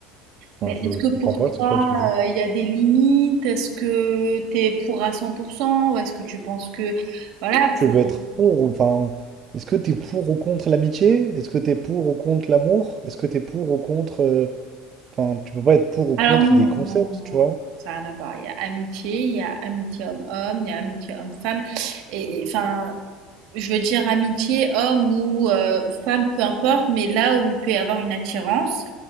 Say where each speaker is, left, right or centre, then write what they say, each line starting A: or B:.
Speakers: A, on the right (about 40°); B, on the right (about 65°).
A: Enfin,
B: Mais
A: je
B: est-ce que
A: comprends
B: pour
A: pas, c'est
B: toi,
A: quoi le sujet?
B: euh, il y a des limites? Est-ce que t'es pour à 100% ou est-ce que tu penses que, voilà,
A: Tu
B: faut...
A: veux être pour, ou- enfin, est-ce que t'es pour ou contre l'amitié? Est-ce que t'es pour ou contre l'amour? Est-ce que t'es pour ou contre, euh, enfin, tu peux pas être pour ou
B: Alors
A: contre
B: non,
A: des concepts,
B: non, non,
A: tu vois?
B: non, ça n'a rien à voir. Il y a amitié, il y a amitié homme-homme, il y a amitié homme-femme. Et et, enfin, je veux dire amitié homme ou, euh, ou femme, peu importe, mais là où il peut y avoir une attirance,